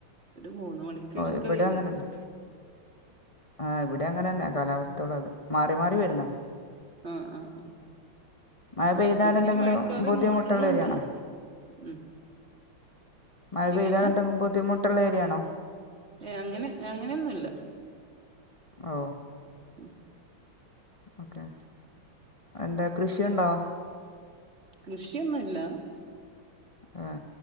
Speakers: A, on the right; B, on the left.
A: ഒരു മൂന്ന് മണിക്ക് ശേഷക്കെ
B: ഇവിടെ
A: വെയിലായി.
B: അങ്ങനെ തന്നെ ആ ഇവിടെ അങ്ങനന്നെ കാലാവസ്ഥള് അത് മാറി മാറി വരുന്ന്.
A: ആ ആ ആ
B: മഴ പെയ്താൽ
A: അപ്പൊനിങ്ങനെ
B: എന്തെങ്കിലും
A: മഴക്കാറ്
B: ബുദ്ധിമുട്ടുള്ള
A: മൂട്ണുണ്ട്.
B: ഏരിയയാണോ
A: ഉം.
B: മഴ
A: എങ്ങനെ
B: പെയ്താൽ എന്തെങ്കിലും ബുദ്ധിമുട്ടുള്ള ഏരിയാണോ?
A: ഏ അങ്ങനെ അങ്ങനെയൊന്നുല്ല.
B: ഓ.
A: ഉം.
B: ഓക്കെ എന്താ കൃഷിയുണ്ടോ?
A: കൃഷിയൊന്നുല്ല.
B: ആഹ